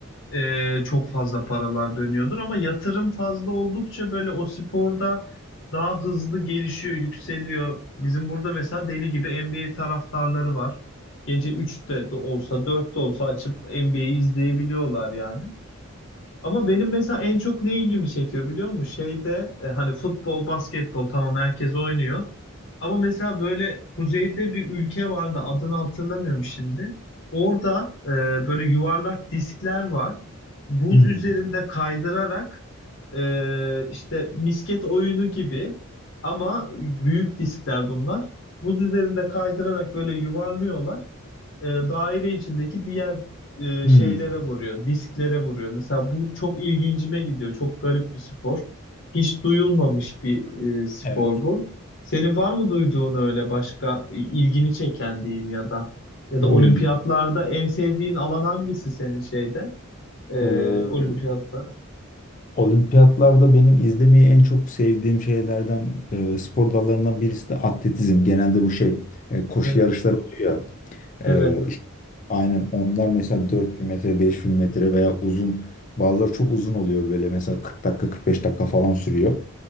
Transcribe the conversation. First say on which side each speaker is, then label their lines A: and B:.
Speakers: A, on the left; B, on the left.
A: e, çok fazla paralar dönüyordur ama yatırım fazla oldukça böyle o sporda daha hızlı gelişiyor, yükseliyor. Bizim burada mesela deli gibi NBA taraftarları var. Gece üçte de olsa dörtte olsa açıp NBA'yi izleyebiliyorlar yani. Ama benim mesela en çok ne ilgimi çekiyor biliyor musun? Şeyde e, hani futbol, basketbol tamam herkes oynuyor. Ama mesela böyle kuzeyde bir ülke vardı adını hatırlamıyorum şimdi. Orada e, böyle yuvarlak diskler var. Buz
B: Hmm.
A: üzerinde kaydırarak e, işte misket oyunu gibi ama büyük diskler bunlar. Buz üzerinde kaydırarak böyle yuvarlıyorlar e, daire içindeki diğer e,
B: Hmm,
A: şeylere vuruyor, disklere vuruyor. Mesela bu çok ilgincime gidiyor. Çok garip bir spor. Hiç duyulmamış bir e, spor
B: evet.
A: bu. Senin var mı duyduğun öyle başka ilgini çeken diyeyim ya da ya da
B: Hmm.
A: olimpiyatlarda en sevdiğin alan hangisi senin şeyde? E,
B: Ee,
A: olimpiyatta.
B: olimpiyatlarda benim izlemeyi en çok sevdiğim şeylerden, e, spor dallarından birisi de atletizm. Genelde bu şey, e, koşu
A: Evet,
B: yarışları oluyor
A: evet,
B: ya. e, Aynen onlar mesela dört bin metre 5000 metre veya uzun bazıları çok uzun oluyor böyle mesela 40 dakika 45 dakika falan sürüyor.